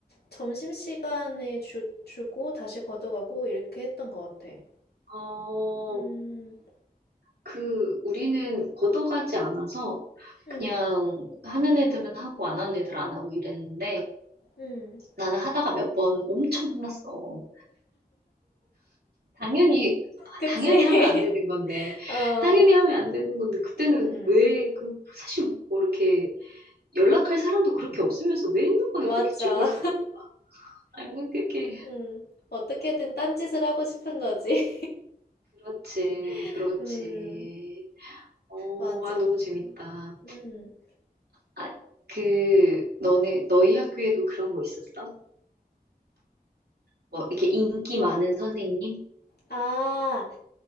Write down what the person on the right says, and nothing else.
아, 어.
그 우리는 걷어가지 않아서
그냥 하는 애들은 하고 안 하는 애들 안 하고 이랬는데
나는 하다가 몇 번 엄청 혼났어. 당연히 아,
당연히 하면 안 되는 건데
당연히 하면 안 되는 건데 그때는
왜 그 사실 뭐 이렇게 연락할 사람도 그렇게 없으면서 왜 핸드폰을
그렇게 쥐고 있었나 보다 아니 뭐 그렇게
그렇지
그렇지.
어,
아 너무 재밌다.
아, 그 너네 너희 학교에도 그런 거 있었어? 뭐 이렇게 인기 많은 선생님?